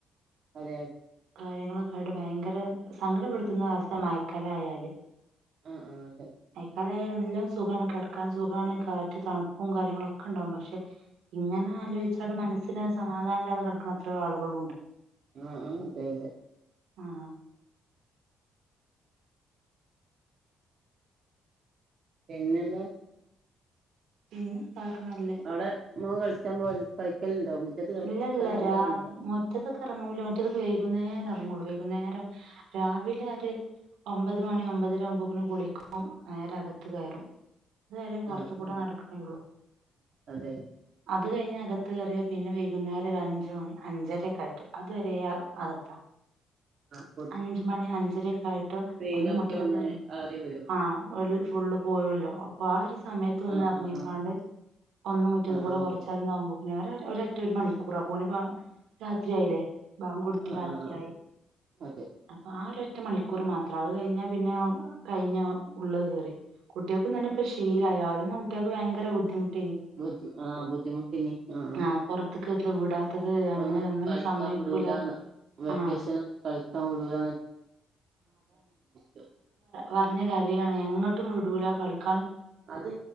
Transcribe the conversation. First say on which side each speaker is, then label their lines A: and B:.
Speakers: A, on the right (about 60°); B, on the right (about 80°).
A: അതെ അ
B: കാര്യങ്ങളൊക്കായിട്ട് ഭയങ്കര സങ്കടപ്പെടുത്തുന്ന വാർത്ത മഴക്കാലാ ആയാല്
A: ആഹ് ആഹ അതെ
B: മഴക്കാലായ എല്ലാം സുഖമാണ് കിടക്കാൻ സുഖമാണ് കാറ്റ് തണുപ്പും കാര്യങ്ങളും ഒക്കെ ഉണ്ടാകും പക്ഷെ ഇങ്ങനെ ആലോചിച്ചടെ മനസ്സിന് സമാധാനല്ലാതെ നടക്കണ അത്ര ആളുകളുണ്ട്
A: <unintelligible>
B: ആഹ്
A: പിന്നെന്താ
B: <inaudible> പിന്നെ താക്ക നല്ല
A: അവിടെ മോൻ കളിച്ചാൻ പോക കളിക്കൽ ണ്ടോ മുറ്റത്ത് കളിക്കാൻ
B: ഇല്ല ഇല്ല
A: ഇറങ്ങലുണ്ടോ
B: രാ മുറ്റത്തൊക്കെ ഇറങ്ങൂല മുറ്റത്തേക്ക് വൈകുന്നേരം ഇറങ്ങോള്ളൂ വൈകുന്നേരം രാവിലെ ആര് ഒമ്പത് മണി ഒമ്പതര ആകുമ്പോക്കെ കുളിക്കും നേരെ അകത്ത് കയറും അതുവരെ പുറത്തുകൂടെ
A: ആഹ് ആഹ്
B: നടക്കണേള്ളൂ
A: അതെ
B: അത് കഴിഞ്ഞ അകത്ത് കയറിയ പിന്നെ വൈകുന്നേരം ഒരു അഞ്ചു മണി അഞ്ചരക്കായിട്ട് അത് വരെ അകത്താ
A: ആഹ് പൊതും
B: അഞ്ച്മണി അഞ്ചരക്ക ആയിട്ട്
A: വെയിലൊക്കെ
B: ഒന്ന് മുറ്റത്തൊക്കെ
A: ഒന്ന്
B: ഇറങ്ങി
A: ആറി വരും
B: ആ ഫുള്ള് പോയല്ലോ അപ്പൊ ആ ഒരു സ സമയത്ത് ഒന്ന
A: ആഹ്
B: ഇറങ്ങിിക്കാണ്ട്
A: ആഹ് ആഹ്
B: ഒന്ന് മുറ്റത്ത്
A: ആഹ്
B: കൂടെ
A: ആഹ്
B: കുറച്ച്
A: അതെ
B: <unintelligible> നേരെ ഒ എറ്റ ഒരു മണിക്കൂറാ അപോന് രാത്രിയയില്ലേ ബാങ്ക് കൊടുത്ത്
A: ആഹ്
B: രാത്രിയായി
A: ആഹ് ആഹ് അതെ
B: അപ്പൊ ആ ഒരു ഒറ്റ മണിക്കൂർ മാത്രം അത് കഴിഞ്ഞാൽ പിന്നെ കഴിഞ്ഞ ഉള്ള് കേറി കുട്ടികൾക്കും ഇതന്നെപ്പ ശീലായിആദ്യ മറ്റേ ഭയങ്കര ബുദ്ധിമുട്ട
A: ബുദ്ധി ആഹ് ബുദ്ധിമുട്ടിനി ആഹ ആഹ
B: ആഹ് <unintelligible> അങ്ങനെ
A: ഒന്ന്
B: ഒന്നിനും
A: കളിക്കാൻ
B: സമ്മയ്ക്കൂല
A: വിടൂലാന്ന് വെക്കേഷന്
B: ആഹ്
A: കളിക്കാൻ വീടുല <unintelligible>
B: പറഞ്ഞ കരയാണ് എങ്ങോട്ടും വിടൂ ല കളിക്ക
A: അത്